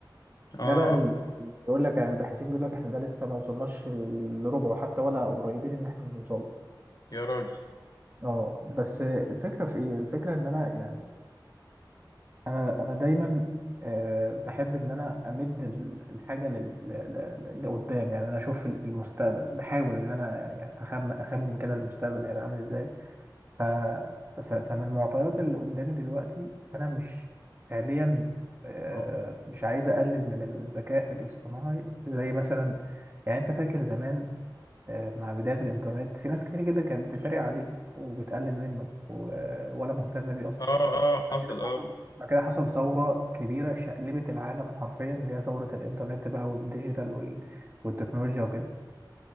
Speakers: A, on the left; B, on the right.
A: آه،
B: ده بقى ال- يقول لك يعني الباحثين بيقول لك احنا ده لسه ما وصلناش لربعه حتى ولا قريبين ان احنا نوصل
A: يا راجل
B: اه بس الفكره في ايه الفكره ان انا يعني انا انا دايما آه، بحب ان انا امد ال- الحاجه لل- ل- ل- لقدام يعني انا اشوف ال- المستقبل بحاول ان انا يعني اتخمن اخمن كده المستقبل هيبقى عامل ازاي ف... ف... فمن المعطيات اللي قدامي دلوقتي انا مش فعليا آه،
A: اه
B: مش عايز اقلل من الذكاء الاصطناعي زي مثلا يعني انت فاكر زمان آه، مع بداية الانترنت في ناس كتير جدا كانت بتتريق عليه وبتقلل منه و- ولا مهتمة بيه اصلا
A: اه اه
B: بعد
A: حصل
B: كده حصل
A: اه
B: بعد كده حصل ثورة كبيرة شقلبت العالم حرفيا اللي هي ثورة الانترنت بقى والديجيتال وال... والتكنولوجيا وكده